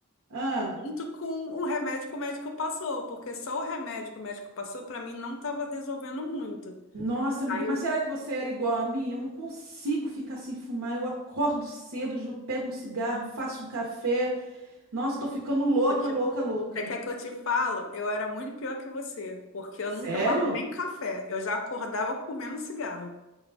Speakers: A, on the right; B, on the left.
A: Ah,
B: junto com o remédio que o médico passou, porque só o remédio que o médico passou, para mim, não estava resolvendo muito.
A: nossa, amiga,
B: Aí
A: mas
B: eu,
A: será que você era igual a mim? Eu não consigo ficar sem fumar. Eu acordo cedo, eu pego um cigarro, faço um café. Nossa, tô ficando louca,
B: eu te-
A: louca, louca.
B: você quer que eu te falo? Eu era muito pior que você, porque eu
A: Sério?
B: não tomava nem café, eu já acordava comendo cigarro.